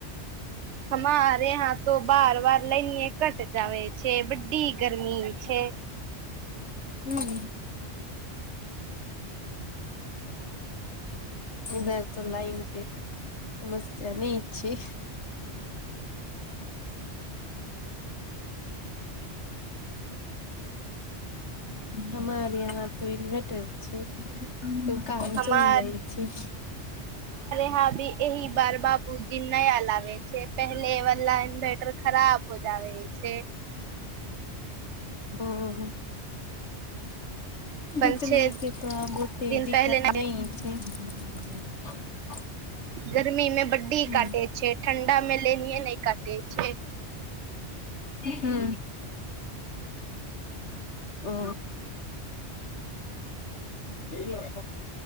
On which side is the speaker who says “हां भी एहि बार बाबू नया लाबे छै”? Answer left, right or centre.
Right